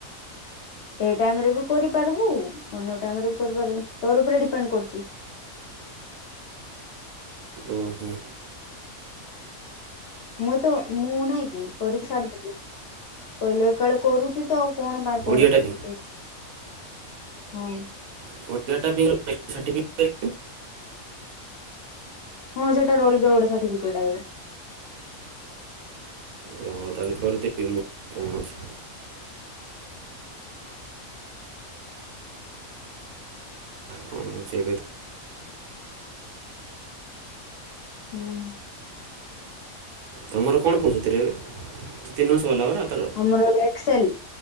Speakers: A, on the left; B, on the right.
A: ଏ ଟାଇମ ରେ ବି କରିପାରିବୁ ଅନ୍ୟ ଟାଇମରେବି କରିପାରବୁ ତୋର ଉପରେ ଡିପେଣ୍ଡ କରୁଚି।
B: ଉଁ ହୁଁ।
A: ମୁଁ ତ ମୁଁ ନାଇଁକି କରିକି ଛାଡିଦେବି କହିଲେ କାଳେ କରୁଚିତ କଣ ପାଇଁ ପରେ
B: ଓଡ଼ିଆ
A: କରିବୁ
B: ଟାଇପିଂ
A: ହଁ।
B: <unintelligible>
A: ହଁ ସେଇଟା ରୋଲ ସାର୍ଟିଫିକେଟ ଆଇବ
B: ଓ ତାହେଲେ କରିଦେବି ମୁଁ କଣ ଅଛି। ହୁଁ ସେ
A: ହୁଁ।
B: ତୁମର କଣ ପ୍ରସୁତିରେ ଏବେ ଦୁଇ ତିନି ମାସ ହେଲା ହେରା ତର?
A: ଆମର ଏକ୍ସଲ୍